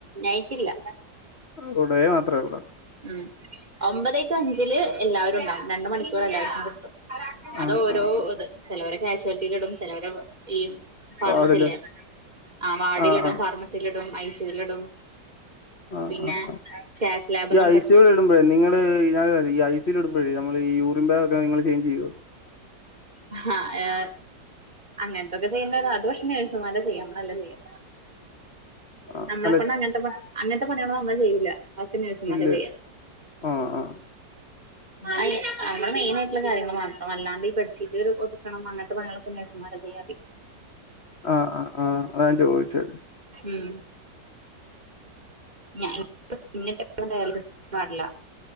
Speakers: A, on the right (about 25°); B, on the left (about 45°).
A: നൈറ്റ് ഇല്ല
B: കടയേ മാത്രമേ ഉള്ളൂ
A: ഉം ഒമ്പതായിട്ടു അഞ്ചില് എല്ലാവരും ഉണ്ടാവും രണ്ട് മണിക്കൂർ എല്ലാവർക്കും കിട്ടും അത്
B: ആഹ്
A: ഓരോ
B: ആഹ്
A: ഇത് ചിലവര് കാഷ്യലിറ്റി കിടും ചിലവരെ ഈ ഫാർമസി
B: വാർഡില്
A: ല്ലേ ആ വടിൽ
B: ആഹ്
A: ഇടും
B: ആഹ്
A: ഫാർമസി ഫാർമസില്ടും ഐ സി ലിടും
B: ആഹ്
A: പിന്നെ
B: ആഹ് ആഹ്
A: കാറ്റ് ലാബ്ന്ന്
B: ഈ ഐ സി ല് ഇടുമ്പോഴേ നിങ്ങള് ഞൻ ഐസിൽ ഇടുമ്പോഴേ നമ്മൾ യൂറിന് ബാഗക്കെ നിങ്ങള് ചേഞ്ച് ചെയ്യോ
A: ആഹ് ഏഹ് അങ്ങനത്തൊക്കെ ചെയ്യേണ്ടരും അത് പക്ഷേ നേഴ്സ്മാരാ ചെയ്യാം നമ്മളല്ല ചെയ്യ
B: ആഹ്
A: നമ്മളെ
B: അല്ല
A: കൊൊണ്ട് അങ്ങന്ത്തെ അങ്ങനത്തെ പണിയാളൊന്നുമ് നമ്മള് ല വാക്കിന്നി നെയ്സ്മാരാ
B: ഇല്ലേ
A: ചെയ്യാ
B: ആഹ് ആഹ്
A: മ്മൾ നമ്മെൾ മെയിന ആയിട്ടുള്ള കാര്യങ്ങൾ മാത്രം അല്ലാണ്ട് ഈ ബെഡ് ഷീറ്റ് ഒതുക്കണം അങ്ങനത്തെ പണികളക്കെ നെയ്സ്മാര ചെയ്യാത്യം
B: ആഹ് ആ് ആഹ് അതാൻചോയ്ച്ചത്
A: ഉം ഞാൻ പ്പന്ന് ഡയാലിസിസ് വാർഡില